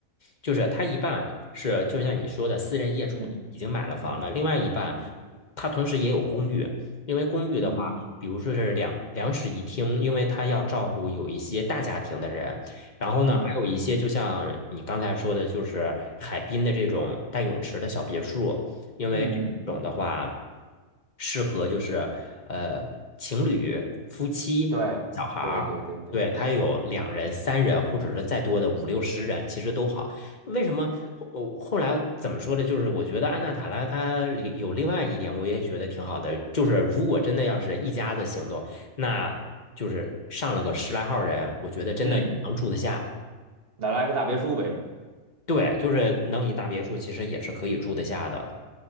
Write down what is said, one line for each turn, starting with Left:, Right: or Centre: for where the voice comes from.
Left: 就是它一半是就像你说的私人业主已经买了房了，
Right: 嗯嗯
Left: 另外一半
Right: 嗯
Left: 它同时也有公寓，因为公寓的话，
Right: 嗯嗯
Left: 比如说是两两室一厅，因为它要照顾有一些大家庭的人，然后呢，
Right: 嗯
Left: 还有一些就像你刚才说的，就是海滨的这种带泳池的小别墅。因为这种的话，
Right: 嗯嗯，
Left: 适合就是呃情侣、夫妻、
Right: 对对对对对对对，
Left: 小孩儿，对，它有两人、三人，或者是再多的五六十人，其实都好。为什么后呃后来怎么说呢？就是我觉得安娜塔拉它里有另外一点，我也觉得挺好的，就是如果真的要是一家子行动，那就是上了个十来号人，我觉得真的也能住得下。
Right: 嗯，那来个大别墅呗。
Left: 对，就是能一大别墅，其实也是可以住得下的。